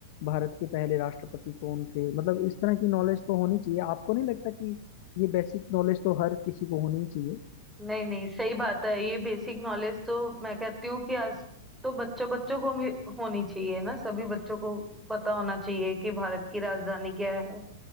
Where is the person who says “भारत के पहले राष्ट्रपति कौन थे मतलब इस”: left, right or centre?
Left